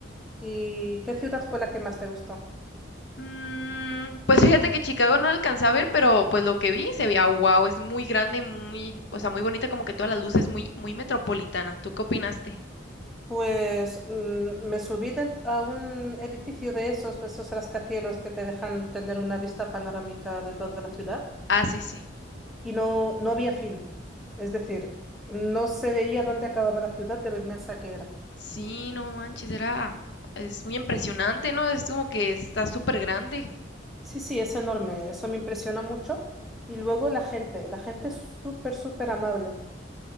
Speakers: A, in the centre; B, on the left (about 65°).
A: ¿Y qué ciudad fue la que más te gustó?
B: Mm, pues fíjate que Chicago no alcancé a ver, pero pues lo que vi se veía wow, es muy grande, y muy, o sea, muy bonita, como que todas las luces muy, muy metropolitana. ¿Tú qué opinaste?
A: Pues mm, me subí dent- a un edificio de esos, esos rascacielos que te dejan tener una vista panorámica de toda la ciudad
B: Ah, sí, sí.
A: y no, no había fin. Es decir, no se veía dónde acababa la ciudad de lo inmensa que era.
B: Sí, no manches, era, es muy impresionante, ¿no? Es como que está súper grande.
A: Sí, sí, es enorme. Eso me impresionó mucho. Y luego la gente, la gente es súper, súper amable.